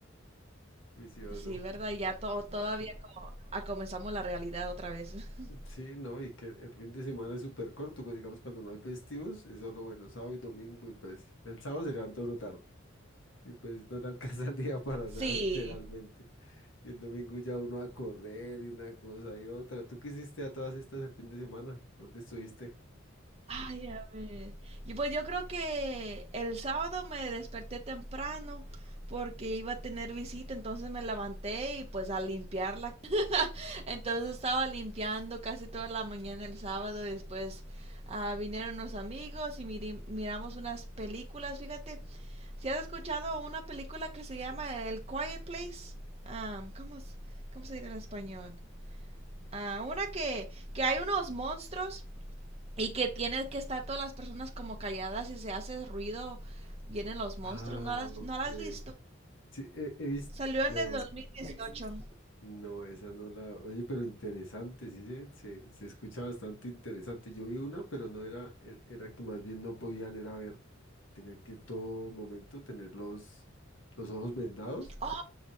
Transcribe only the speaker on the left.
vicioso.
Sí, no, y que el fin de semana es súper corto, pues, digamos cuando no hay festivos, es solo bueno, sábado y domingo, y pues el sábado se levanta uno tarde, y pues no le <laughs> alcanza el día para
nada, literalmente. Y el domingo ya uno a correr y una cosa y otra. ¿Tú qué hiciste a todas estas el fin de semana? ¿Dónde estuviste?
Ah,
ok.
Sí, he, he visto.
No, esa no la. Oye, pero interesante, sí se, se, se escucha bastante interesante. Yo vi una, pero no era, e- era que más bien no podían era ver. Tenía que todo momento tener los, los ojos vendados,